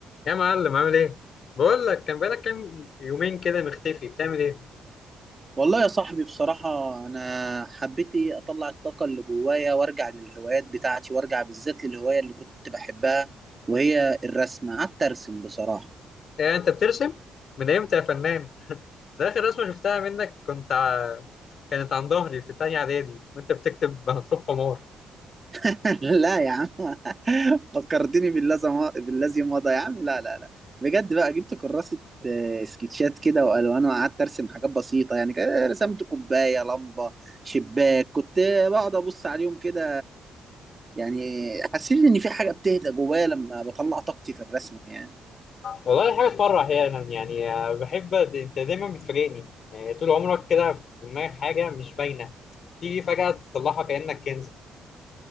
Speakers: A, on the left (about 55°); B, on the right (about 25°).
A: يا معلم عامل ايه؟ بقول لك كان بقالك كام يومين كده مختفي بتعمل ايه؟
B: والله يا صاحبي بصراحة أنا حبيت إيه أطلع الطاقة اللي جوايا وأرجع للهوايات بتاعتي وأرجع بالذات للهواية اللي كنت بحبها وهي الرسم قعدت أرسم بصراحة
A: إيه انت بترسم؟ من امتى يا فنان؟ ده اخر رسمة شفتها منك كنت ع... كانت عن ظهري في تانية اعدادي وانت بتكتب <laughs> مكتوب حمار
B: <laughs> لا يا عم <laughs> فكرتني بالذي بالذي مضى يا عم لا لا لا بجد بقى جبت كراسة آه، سكتشات كده وألوان وقعدت أرسم حاجات بسيطة يعني كده رسمت كوباية لمبة شباك كنت بقعد أبص عليهم كده يعني حسيت إن في حاجة بتهدى جوايا لما بطلع طاقتي في الرسم يعني
A: والله حاجة تفرح يعني يعني آه، بحب انت دايما بتفاجئني يعني طول عمرك كده في دماغك حاجة مش باينة تيجي فجأة تطلعها كأنك كنز